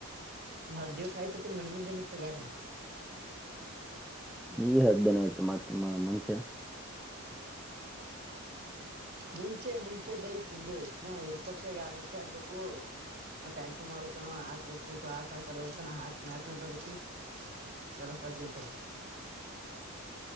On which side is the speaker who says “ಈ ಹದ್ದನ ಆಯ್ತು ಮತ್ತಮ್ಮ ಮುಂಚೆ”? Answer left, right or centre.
Centre